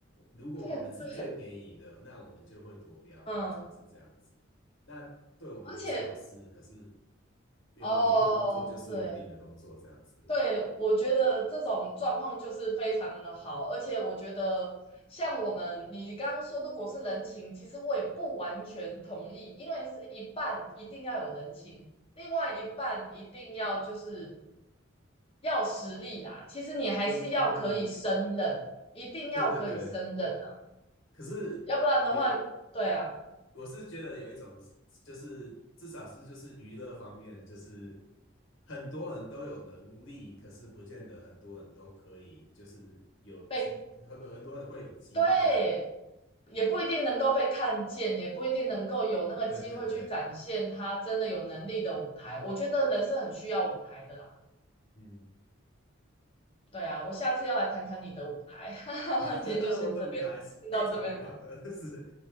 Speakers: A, on the left (about 75°); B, on the left (about 30°).
A: 如果我们是最便宜的，
B: <laughs> 对对，
A: 那我们就会夺标，
B: 嗯，
A: 通常是这样子。那对我们不是好事，
B: 而且
A: 可是有稳定的工作就是稳定的工作这样子。
B: 哦，对对，我觉得这种状况就是非常的好，而且我觉得像我们你刚刚说，如果是人情，其实我也不完全同意，因为是一半一定要有人情，另外一半一定要就是要实力啦。其实你还是要可以胜任，
A: 嗯嗯嗯嗯，
B: 一定要可以胜任啊，
A: 对对对，可是。
B: 要不然的话，
A: 也
B: 对啊，
A: 我是觉得有一种，就是至少是就是娱乐方面，就是很多人都有能力，可是不见得很多人都可以，就是有机，
B: 被
A: 很很多人会有机会。
B: 对，也不一定能够被看见，也不一定能够有那个机会去展现他真的有能力的舞台。
A: 对对对，
B: 我觉得人是很需要舞台的啦。
A: 嗯，
B: 对啊，我下次要来谈谈你的舞台。<laughs>
A: <laughs>
B: 今天就先这边，
A: 我的舞台是非常无聊的，
B: 先到这边了。
A: <laughs> 是。